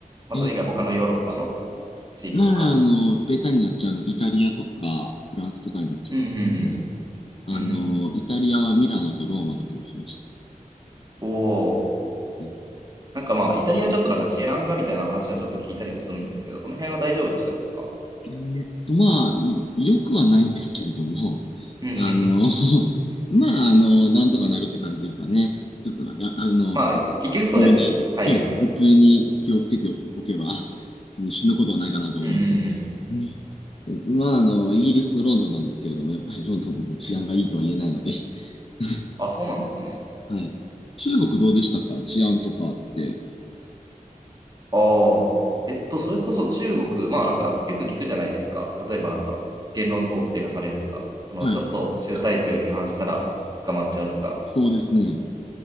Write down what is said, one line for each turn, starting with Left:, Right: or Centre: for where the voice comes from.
Right: まあ、
Left: え、
Right: それ以外他のヨーロッパの地域とか。
Left: まあ、あの、ベタになっちゃうので、イタリアとかフランスとかになっちゃいますかね。
Right: うん、うん、
Left: あの、
Right: うん。うん、うん。
Left: イタリアはミラノとローマとかに行きました。
Right: おお
Left: はい
Right: なんかまあ、イタリアちょっとなんか治安がみたいな話はちょっと聞いたりもするんですけど、その辺は大丈夫でしたか
Left: えーっと、まあ、いよくはないんですけれども、<laughs>
Right: うん、うん、
Left: あの、
Right: うん。
Left: <laughs> まあ、あの、なんとかなるって感じですかね。ちょっと、あ、あの、
Right: まあ、結局そうですよね。
Left: 普通に、
Right: 海外って。
Left: そうですね、普通に気をつけておけば、<laughs> 普通に死ぬことはないかなと思いますね。
Right: うんうん
Left: うん。まあ、あの、イギリスのロンドンなんですけれども、やっぱりロンドンもね治安がいいとは言えないので。
Right: うん。うん。
Left: <laughs>
Right: あ、そうなんですね。
Left: はい。中国どうでしたか治安とかって。
Right: ああ。えっと、それこそ中国、まあなんか、よく聞くじゃないですか。例えばなんか、言論統制がされるとか、このちょっと集大成を批判したら捕まっちゃうとか。
Left: はい。そうですね。